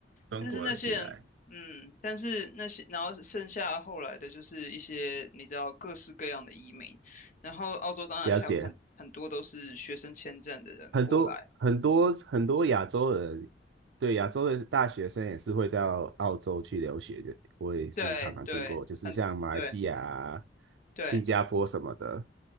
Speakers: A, on the right (about 85°); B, on the left (about 45°).
A: 中国人进来。
B: 但是那些人。嗯，但是那些，然后剩下后来的就是一些你知道各式各样的移民，然后澳洲当然还有很很多都是学生签证的人过来，
A: 了解。很多很多很多亚洲人，对亚洲的大学生也是会到澳洲去留学的，我也是常常听过，
B: 对对，
A: 就是像马来西亚啊
B: 很对。对，
A: 新加坡什么的。